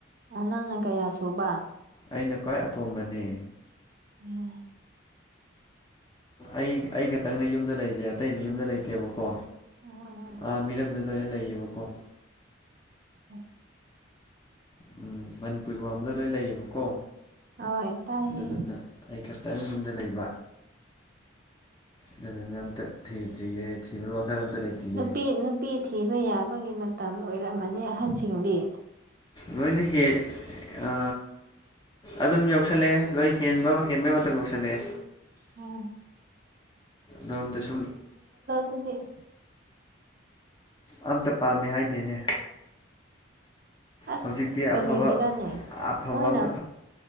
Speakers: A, on the right; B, on the left.
A: ꯑꯣ ꯅꯪꯅ ꯀꯌꯥ ꯁꯨꯕ
B: ꯑꯩꯅ ꯈ꯭ꯋꯥꯏ ꯑꯇꯣꯝꯕꯅꯤ
A: ꯎꯝ
B: ꯑꯩ ꯑꯩ ꯈꯇꯪꯗꯤ ꯌꯨꯝꯗ ꯂꯩꯖꯦ ꯑꯇꯩꯗꯤ ꯌꯨꯝꯗ ꯂꯩꯇꯦꯕꯀꯣ
A: ꯎꯝ
B: ꯑꯥ ꯃꯤꯔꯝꯗ ꯂꯣꯏꯅ ꯂꯩꯌꯦꯕꯀꯣ
A: ꯎꯝ
B: ꯎꯝ ꯃꯅꯤꯄꯨꯔꯒꯤ ꯃꯡꯃꯗ ꯂꯣꯏ ꯂꯩꯌꯦꯕꯀꯣ
A: ꯍꯣꯏ ꯇꯥꯏꯌꯦ
B: ꯑꯗꯨꯗꯨꯅ ꯑꯩ ꯈ ꯈꯤꯇꯪ ꯌꯨꯝꯗ ꯂꯩꯕ ꯑꯗꯨꯗꯅ ꯑꯝꯇ ꯊꯤꯗ꯭ꯔꯤꯌꯦ
A: ꯎ
B: ꯊꯤꯕꯒꯤ ꯋꯥꯈꯜ ꯑꯝꯇ ꯂꯩꯇꯤꯌꯦ
A: ꯅꯨꯄꯤ ꯅꯨꯄꯤ ꯊꯤꯕ ꯌꯥꯕꯒꯤ ꯃꯇꯝ ꯑꯣꯏꯔꯝꯃꯅꯤ ꯑꯍꯟꯁꯤꯡꯗꯤ
B: ꯅꯣꯏꯅ ꯍ ꯑꯗꯨꯝ ꯌꯧꯁꯜꯂꯛꯑꯦ ꯂꯣꯏ ꯍꯦꯟꯕ ꯍꯦꯟꯕꯩ ꯃꯇꯝ ꯌꯧꯁꯤꯜꯂꯛꯑꯦ
A: ꯎꯝ
B: ꯂꯣꯝꯗ ꯁꯨꯝ
A: ꯎꯪꯦ
B: ꯑꯝꯇ ꯄꯥꯝꯃꯦ ꯍꯥꯏꯗꯦꯅꯦ
A: ꯑꯁ
B: ꯍꯧꯖꯤꯛꯇꯤ
A: ꯀꯔꯤꯒꯤꯔꯅꯦ
B: ꯑꯐꯕ ꯑꯐꯕ
A: ꯃꯣꯏꯅ
B: ꯑꯝꯇ